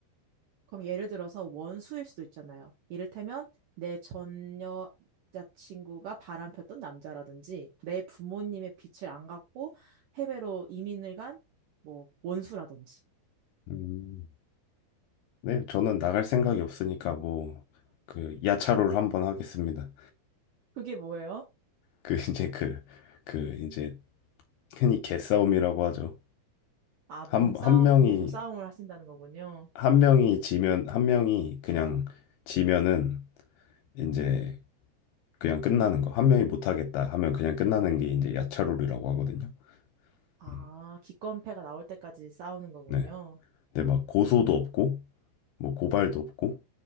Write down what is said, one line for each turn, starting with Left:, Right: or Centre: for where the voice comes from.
Right: 그럼 예를 들어서 원수일 수도 있잖아요. 이를테면 내 전 여자친구가 바람폈던 남자라든지 내 부모님의 빛을 안 갖고 해외로 이민을 간 뭐 원수라든지.
Left: 음, 네, 저는 나갈 생각이 없으니까 뭐 그 야차로를 한번 하겠습니다.
Right: 그게 뭐예요?
Left: 그 <laughs> 이제 그 그 이제 흔히 개싸움이라고 하죠.
Right: 아, 몸싸움,
Left: 한 한 명이
Right: 몸싸움을 하신다는 거군요.
Left: 한 명이 지면 한 명이 그냥 지면은 이제 그냥 끝나는 거. 한 명이 못 하겠다 하면 그냥 끝나는 게 이제 야차로라고 하거든요.
Right: 아,
Left: 음,
Right: 기권패가 나올 때까지 싸우는 거군요.
Left: 네. 근데 막 고소도 없고 뭐 고발도 없고